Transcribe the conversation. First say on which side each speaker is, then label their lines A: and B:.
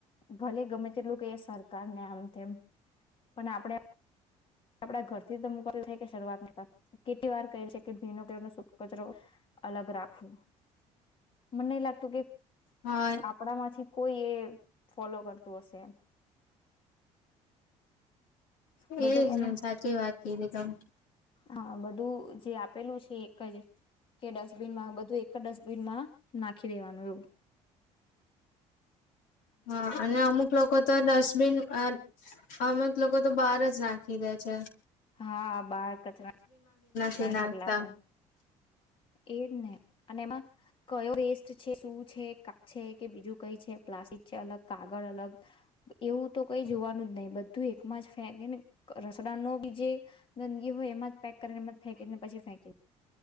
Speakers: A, on the left; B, on the left.
A: ભલે ગમે તેટલું કે સરકારને આમ તેમ, પણ આપણેે આપડા ઘરથી ધ મુક થાય કે શરૂઆત કરતા, કેટલી વાર કહે છે કે ભીનો કે ન સુખ કચરો અલગ રાખવો, મને ન લાગતું કે
B: હા
A: આપણામાંથી કોઈ એ ફોલો કરતું હશે.
B: <unintelligible>
A: બધું
B: એ જ
A: એમાં
B: સાચી વાત કીધી તમેં.
A: હા બધું જે આપેલું છે એક જ, કે ડસ્ટબિનમાં બધું એક જ ડસ્ટબિનમાં નાખી દેવાનું એવું.
B: હા અને અમુક લોકો તો ડસ્ટબિન આ અમક લોકો તો બહાર જ નાખી દે છે.
A: હા બાળ કચરા
B: ચનાતા.
A: ઢગલા કર એજ ને, અને એમાં કયો વેસ્ટ છે શું છે કા છે કે બીજું કઈ છે પ્લાસ્ટિક છે અલગ કાગળ અલગ, એવું તો કઈ જોવાનું જ નહીિ બધું એકમાં જ ફેંકી ને રસડા ન બી જે, ગંદગી હોય એમાં જ પેક કરીને એમાં ફેંકીને પછી ફેંકી